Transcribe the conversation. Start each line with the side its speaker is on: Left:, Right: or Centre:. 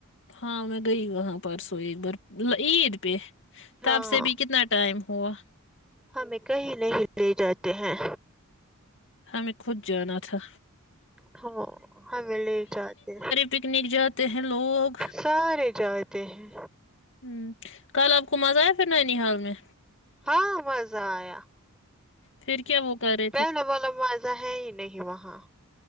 Left: ہاں میں گئی وہاں پرسوں ایک بار عید پہ
Centre: ہاں
Left: تب سے بھی کتنا ٹائم ہوا
Centre: ہمیں کہیں نہیں لے جاتے ہیں
Left: ہمیں خود جانا تھا
Centre: ہاوں ہمیں لے جاتے
Left: پگنک جاتے ہیں لوگ
Centre: سارے جاتے ہیں
Left: ہوں کل آپ کو مزہ آیا پھر نینی حال میں
Centre: ہاں مزہ آیا
Left: پھر کیا وہ کرے
Centre: پہلے والا موزہ ہے ہی نہیں وہاں